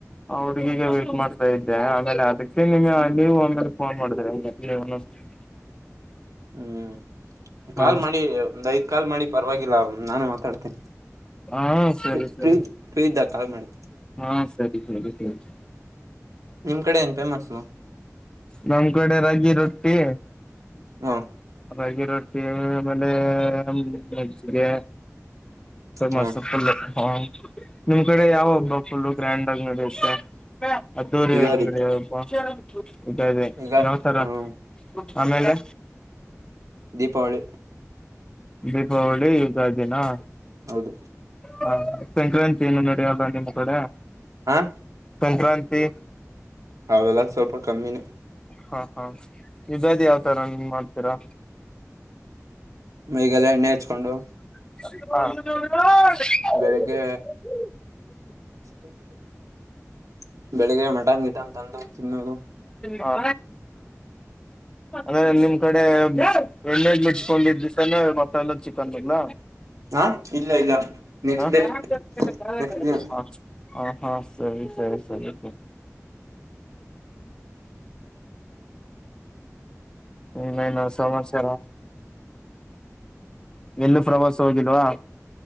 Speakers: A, on the left (about 15°); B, on the right (about 80°).
A: ಆ ಹುಡ್ಗಿಗೆ ವೇಟ್ ಮಾಡ್ತಾ ಇದ್ದೆ ಆಮೇಲೆ ಅದೀಕ್ಕೆ ಇಗೆ ನೀವು ಮೇಲೆ ಫೋನ್ ಮಾಡಿದ್ರಿ <unintelligible>
B: ಹ್ಮ್ ಕಾಲ್
A: ಹಾ
B: ಮಾಡಿ ಒಂದ ಐದ್ ಕಾಲ್ ಮಾಡಿ ಪರವಾಗಿಲ್ಲ ನಾನು ಮಾತಾಡ್ತೀನ.
A: ಹಾ ಸರಿ
B: ಪ್ರೀ
A: ಸರಿ
B: ಫ್ರೀ ಫ್ರೀ ಇದ್ದಾಗ್ ಕಾಲ್ ಮಾಡಿ.
A: ಹಾ ಸರಿ ಸರಿ ಸರಿ.
B: ನಿಮ್ ಕಡೆ ಏನ್ ಫೇಮಸ್ಸು
A: ನಮ್ ಕಡೆ ರಾಗಿ ರೊಟ್ಟಿ.
B: ಹಾ
A: ರಾಗಿ ರೊಟ್ಟಿ ಆಮೇಲೆ ಮಜ್ಜಗೆ. ಫೇಮಸ್
B: ಹ್ಮ್
A: ಫುಲ್ ಹ ನಿಮ್ ಕಡೆ ಯಾವ ಹಬ್ಬ ಫುಲ್ಲು ಗ್ರ್ಯಾಂಡ್ ಆಗಿ ನಡೆಯುತ್ತೆ. ಅದ್ದೂರಿ
B: ಯುಗಾದಿ
A: ಆಗಿ ನಡಿಯೋ ಹಬ್ಬ ಯುಗಾದಿ
B: ಯುಗಾ
A: ಯಾವ್ ತರ.
B: ಹ್ಮ
A: ಆಮೇಲೆ
B: ದೀಪಾವಳಿ
A: ದೀಪಾವಳಿ ಯುಗಾದಿನಾ.
B: ಹೌದು
A: ಹ ಸಂಕ್ರಾಂತಿ ಏನು ನಡೆಯಲ್ಲ ನಿಮ್ಮ್ ಕಡೆ
B: ಹ
A: ಸಂಕ್ರಾಂತಿ.
B: ಅವೆಲ್ಲ ಸ್ವಲ್ಪ ಕಮ್ಮಿನೆ.
A: ಹಾ ಹಾ ಯಗಾದಿ ಯಾವತರ ನೀವ್ ಮಾಡ್ತೀರಾ.
B: ಮೈಗೆಲ್ಲ ಎಣ್ಣೆ ಹಚ್ಕೊಂಡು.
A: ಹ.
B: ಬೆಳಿಗ್ಗೆ <unintelligible> ಬೆಳಿಗ್ಗೆ ಮಟನ್ ಗಿಟನ್ ತಂದು ತಿನ್ನೋದು.
A: ಹಾ ಅಂದ್ರೆ ನಿಮ್ ಕಡೆ ಎಣ್ಣೆ ಮುಚ್ಕೊಂಡಿದ ದಿವಸಾನೆ ಮಸಾಲೆ ಚಿಕನೆಲ್ಲ.
B: ಹಾ ಇಲ್ಲ ಇಲ್ಲ. ನೆಕ್ಸ್ಟ್
A: ಹ
B: ಡೇ
A: ಹ
B: ನೆಕ್ಸ್ಟ್ ದಿನ
A: ಹ ಹಾ ಸರಿ ಸರಿ ಸರಿ ಇನ್ನೇನು ಸಮಾಚಾರ. ಎಲ್ಲೂ ಪ್ರವಾಸ ಹೋಗಿಲ್ವಾ.